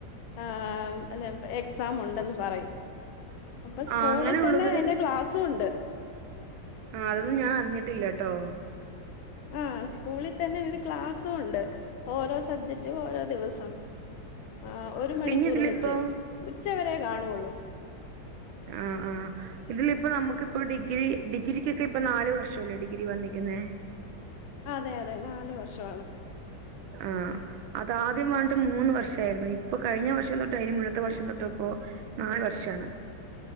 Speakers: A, on the left; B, on the right.
A: ആ ആ ആ അന്നപ്പം എക്സാം ഉണ്ടെന്ന് പറയും അപ്പം
B: ആ
A: സ്കൂളിൽ
B: അങ്ങനെയുള്ളത്
A: തന്നെ അതിന്റെ ക്ലാസ്സും ഉണ്ട്
B: ആഹ് അതൊന്നും
A: ഉം.
B: ഞാൻ അറിഞ്ഞിട്ടില്ല കേട്ടോ.
A: ആഹ് സ്കൂളിൽ തന്നെ ഇവര് ക്ലാസ്സും ഉണ്ട്. ഓരോ സബ്ജെക്ടും ഓരോ ദിവസം. ആഹ് ഒരു മണിക്കൂർ
B: പിന്നെ ഇതിലിപ്പോ
A: വെച്ച് ഉച്ചവരെ കാണുള്ളൂ.
B: ആഹ് ആഹ് ഇതില് ഇപ്പൊ നമുക്കിപ്പം ഡിഗ്രി ഡിഗ്രിക്കൊക്കെ ഇപ്പൊ നാല് വർഷല്ലേ ഡിഗ്രി വന്നിരിക്കുന്നേ.
A: അതെ അതെ നാല് വർഷമാണ്.
B: ആഹ് അത് ആദ്യം വേണ്ടേ മൂന്ന് വർഷം ആയിരുന്നു ഇപ്പൊ കഴിഞ്ഞ വർഷം തൊട്ട് അതിന് മുന്നത്തെ വർഷം തൊട്ടിപ്പോ. നാല് വർഷമാണ്.